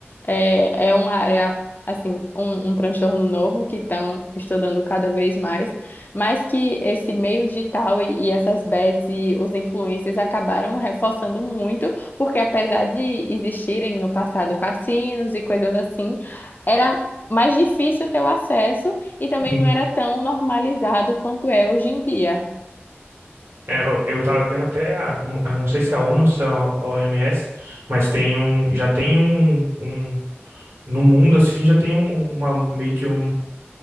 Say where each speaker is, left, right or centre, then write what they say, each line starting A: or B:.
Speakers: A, on the left; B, on the right.
A: é, é uma área, assim, um, um transtorno novo que estão estudando cada vez mais, mas que esse meio digital e, e essas bets e os influencers acabaram reforçando muito, porque apesar de existirem no passado cassinos e coisas assim, era mais difícil ter o acesso e também
B: Sim.
A: não era tão normalizado quanto é hoje em dia.
B: É, eu, eu tava vendo até, a- não eu não sei se é a ONU ou se é a OMS, mas tem um, já tem um, um- no mundo assim, já tem um- uma meio que um